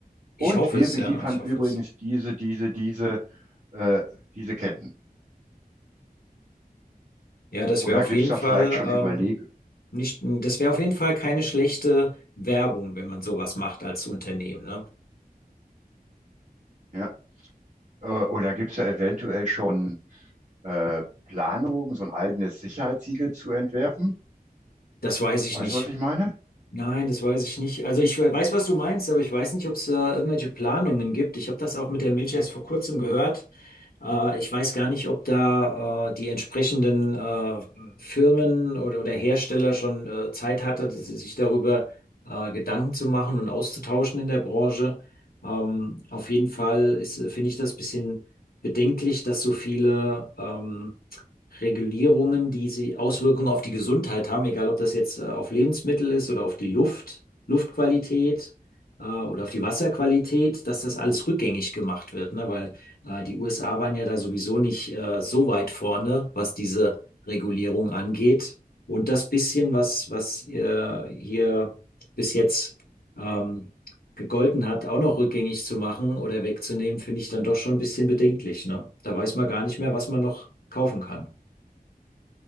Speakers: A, on the left; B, on the right.
A: Ich
B: Und
A: hoffe
B: wir
A: es,
B: beliefern
A: ja, ich hoffe
B: übrigens
A: es.
B: diese, diese, diese, äh, diese Ketten.
A: Ja, das
B: Oder
A: wäre auf
B: gibt
A: jeden
B: es da
A: Fall
B: vielleicht schon
A: ähm,
B: Überleg,
A: nicht, das wäre auf jeden Fall keine schlechte Werbung, wenn man sowas macht als Unternehmen, ne?
B: ja? Äh, oder gibt es da eventuell schon äh, Planungen, so ein eigenes Sicherheitssiegel zu entwerfen?
A: Das weiß ich
B: Weißt
A: nicht.
B: du, was ich meine?
A: Nein, das weiß ich nicht. Also ich weiß, was du meinst, aber ich weiß nicht, ob es da irgendwelche Planungen gibt. Ich habe das auch mit der Milch erst vor kurzem gehört. Äh, ich weiß gar nicht, ob da äh, die entsprechenden äh, Firmen oder, oder Hersteller schon äh, Zeit hatte, dass sie sich darüber äh, Gedanken zu machen und auszutauschen in der Branche. Ähm, auf jeden Fall ist, äh, finde ich das bisschen bedenklich, dass so viele ähm, Regulierungen, die sie Auswirkungen auf die Gesundheit haben, egal ob das jetzt äh, auf Lebensmittel ist oder auf die Luft, Luftqualität äh, oder auf die Wasserqualität, dass das alles rückgängig gemacht wird, ne? Weil äh, die USA waren ja da sowieso nicht äh, so weit vorne, was diese Regulierung angeht. Und das bisschen, was, was äh, hier bis jetzt ähm, gegolten hat, auch noch rückgängig zu machen oder wegzunehmen, finde ich dann doch schon ein bisschen bedenklich, ne? Da weiß man gar nicht mehr, was man noch kaufen kann.